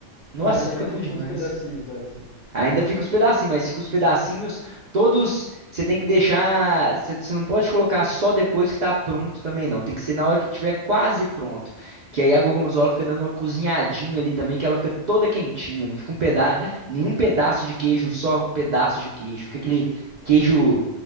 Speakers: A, on the right; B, on the left.
A: Nossa,
B: mas
A: fica
B: ainda
A: bom
B: fica
A: demais.
B: uns pedacinhos dela assim.
A: Ainda fica os pedacinhos, mas fica os pedacinhos todos. Você tem que deixar. Você você não pode colocar só depois que tá pronto também, não. Tem que ser na hora que tiver quase pronto. Que aí a gorgonzola fica dando uma cozinhadinha ali também, que ela fica toda quentinha. Não fica um pedaço, nenhum pedaço de queijo, só pedaço de queijo. Fica aquele queijo
B: Sei.